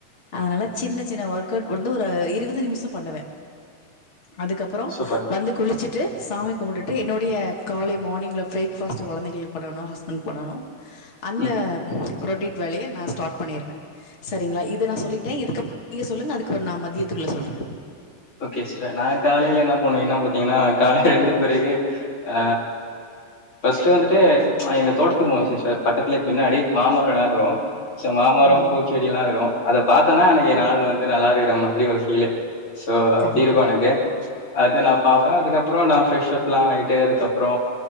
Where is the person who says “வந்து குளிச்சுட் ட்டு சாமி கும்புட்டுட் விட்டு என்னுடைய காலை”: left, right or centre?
Left